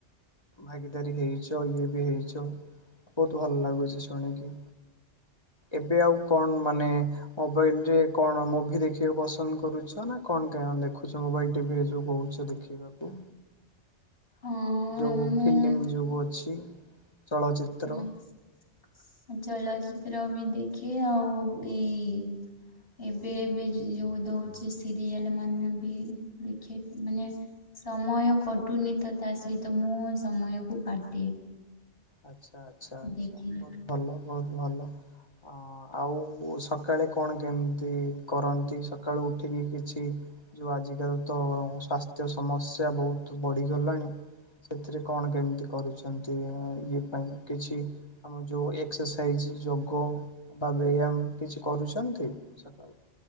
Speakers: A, on the left (about 20°); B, on the left (about 50°).
A: ଭାଗିଦାରୀ ହେଇଚ ଇଏ ବି ହେଇଚ। ବୋହୁତ ଭଲ ଲାଗୁଛି ଶୁଣିକି। ଏବେ ଆଉ କଣ ମାନେ ମୋବାଇଲ ରେ କଣ ମୁଭି ଦେଖି ଖିବାକୁ ପସନ୍ଦ କରୁଛ ନା କଣ କା ଦେଖୁଛ ମୋବାଇଲ ଟିଭିରେ ଯୋଉ କହୁଛ ଦେଖିବାକୁ?
B: ହଁ
A: ଯୋଉ
B: ମୁଁ
A: ଫିଲ୍ମ ଯୋଗୁ ଅଛି। ଚଳଚିତ୍ର।
B: ହୁଁ ଚଳଚିତ୍ର ବି ଦେଖେ ଆଉ ଏଇ ଏବେ ଏବେ ଯୋଉ ଦୋଉଛି ସିରିଏଲ ମାନେ ବି ଦେଖେ ମାନେ ସମୟ କଟୁନି ତ ତା ସହିତ ମୁଁ ସମୟକୁ କାଟେ।
A: ଆଛା, ଆଛା, ଆଛା
B: ଦେଖିଲି
A: ବୋହୁତ ଭଲ ବୋହୁତ ଭଲ। ଅଁ ଆଉ ସକାଳେ କଣ କେମିତି କରନ୍ତି ସକାଳୁ ଉଠିକି କିଛି ଯୋଉ ଆଜିକାଲି ତ ସ୍ୱାସ୍ଥ୍ୟ ସମସ୍ୟା ବୋହୁତ ବଢିଗଲାଣି। ସେଥିରେ କଣ କେମିତି କରୁଛନ୍ତି ଏ ଆଇ? ଇଏ ପାଇଁ କିଛି ଆମର ଯୋଉ ଏକ୍ସରସାଇଜ ଯୋଗ। ବା ବ୍ୟାୟାମ କିଛି କରୁଛନ୍ତି ସକାଳୁ?